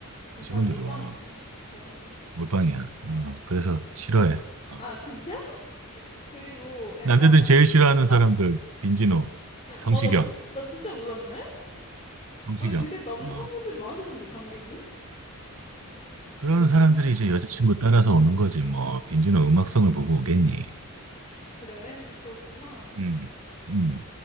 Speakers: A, on the left; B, on the right.
A: 약간
B: 지원도
A: 몰빵이네,
B: 좋아.
A: 그 사람도.
B: 몰빵이야. 어,
A: 어,
B: 그래서 싫어해.
A: 응.
B: 어.
A: 아, 진짜? <laughs> 그리고 약간,
B: 남자들이 제일 싫어하는 사람들, 빈지노, 성시경,
A: 아, 나 몰, 나 진짜 몰랐네?
B: 성시경.
A: 아니, 되게 남성분들이
B: 어,
A: 많으시던데, 관객은?
B: 그런
A: 그랬구나.
B: 사람들이 이제 여자친구 따라서 오는 거지. 뭐, 빈지노 음악성을 보고 오겠니?
A: 그래, 그렇구나.
B: 음, 음.